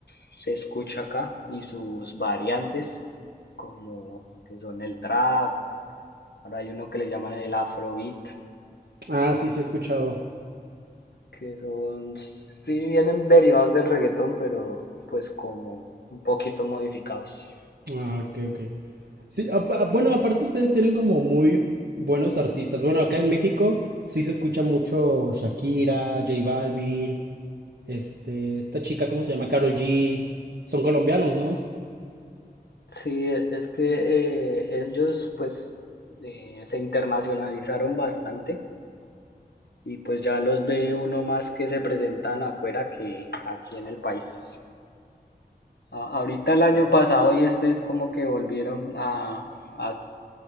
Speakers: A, on the left; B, on the right.
A: se escucha acá y sus variantes, como que son el trap, ahora hay uno que le llaman el afrobeat,
B: Ah, sí, sí he escuchado.
A: que son, sí vienen derivados del reggaetón, pero pues como un poquito modificados.
B: Ah, ok, ok. Sí, apa- ah, bueno, aparte ustedes tienen como muy buenos artistas. Bueno, acá en México sí se escucha mucho Shakira, J Balvin, este, esta chica, ¿cómo se llama? Karol G. Son colombianos, ¿no?
A: Sí, e- es que eh, ellos pues eh, se internacionalizaron bastante y pues ya los ve uno más que se presentan afuera que aquí en el país. A- Ahorita el año pasado y este es como que volvieron a, a hacer